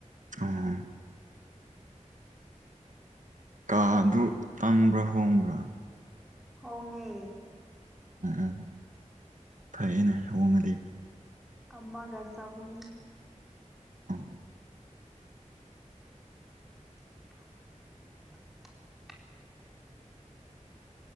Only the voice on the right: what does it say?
ꯑꯣ ꯀꯥꯗꯨ ꯇꯥꯡꯕ꯭ꯔꯥ ꯍꯣꯡꯕ꯭ꯔꯥ
ꯎꯝ ꯎꯝ ꯐꯩꯅꯦ ꯍꯣꯡꯉꯗꯤ
ꯑꯣ